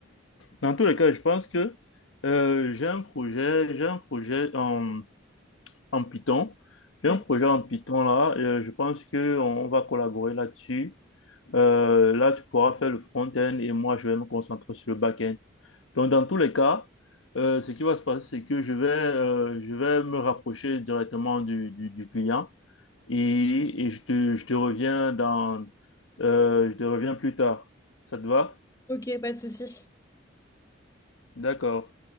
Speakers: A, on the left (about 85°); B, on the left (about 15°).
A: dans tous les cas, je pense que euh, j'ai un projet, j'ai un projet en, en Python. J'ai
B: Ouais.
A: un projet en Python là. euh, je pense qu'on va collaborer là-dessus. Euh, là, tu pourras faire le front-end et moi, je vais me concentrer sur le back-end. Donc, dans tous les cas, euh, ce qui va se passer, c'est que je vais, euh, je vais me rapprocher directement du, du, du client et, et je te, je te reviens dans, euh, je te reviens plus tard. Ça te va?
B: Ok, pas de souci.
A: D'accord.